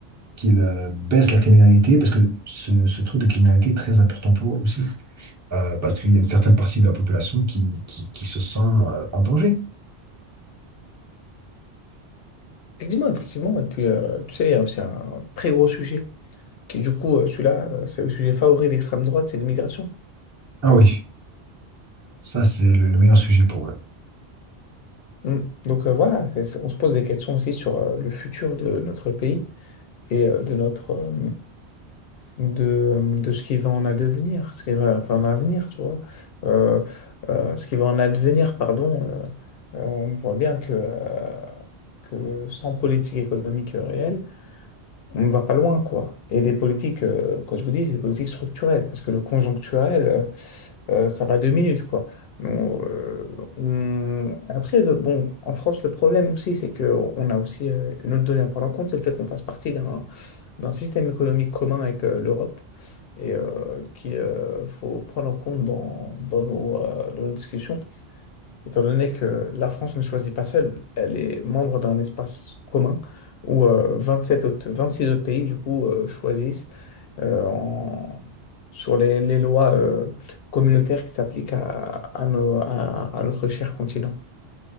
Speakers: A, on the right (about 20°); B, on the left (about 65°).
A: qu'ils, euh, baissent la criminalité, parce que ce, ce truc de criminalité est très important pour eux aussi. Euh, parce qu'il y a une certaine partie de la population qui, qui, qui se sent euh, en danger.
B: Effectivement, effectivement. Et puis, euh, tu sais, euh, c'est un très gros sujet qui, du coup, euh, celui-là, euh, c'est le sujet favori de l'extrême droite, c'est l'immigration.
A: Ah oui. Ça, c'est le le meilleur sujet pour eux.
B: Mm. Donc euh, voilà, c'est- c'est- on se pose des questions aussi sur euh, le futur de notre pays et euh, de notre euh, de, euh, de ce qui va en advenir, ce qui va enfin, en avenir, tu vois. Euh, euh, ce qui va en advenir, pardon. euh, euh, on voit bien que, euh, que sans politique économique réelle, on ne va pas loin, quoi. Et des politiques, euh, quand je vous dis, c'est des politiques structurelles, parce que le conjoncturel, euh, euh, ça va deux minutes, quoi. Donc, euh, on- Après, le- bon, en France, le problème aussi, c'est qu'on a aussi euh, une autre donnée à prendre en compte, c'est le fait qu'on fasse partie d'un d'un système économique commun avec euh, l'Europe et euh, qu'il faut prendre en compte dans, dans nos, euh, dans nos discussions étant donné que la France ne choisit pas seule, elle est membre d'un espace commun où euh, 27 autres, 26 autres pays, du coup, euh, choisissent euh, en- sur les, les lois euh, communautaires qui s'appliquent à, à, nos- à- à notre cher continent.